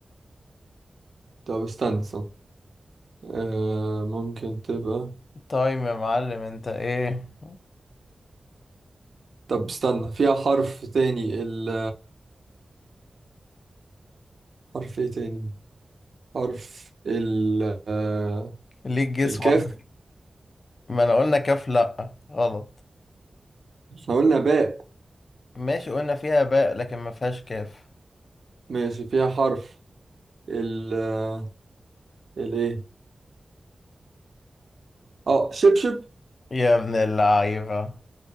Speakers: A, on the right; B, on the left.
A: طب استنى استنى آه ممكن تبقى
B: طيب يا معلم أنت إيه
A: طب استنى فيها حرف تاني ال حرف ايه تاني حرف ال آه،
B: ليك جس
A: الكاف
B: واحدة ما أنا قلنا كاف لا غلط
A: احنا قلنا باء
B: ماشي قلنا فيها باء لكن ما فيهاش كاف
A: ماشي فيها حرف ال آه، الايه اه شبشب
B: يا ابن اللعيبة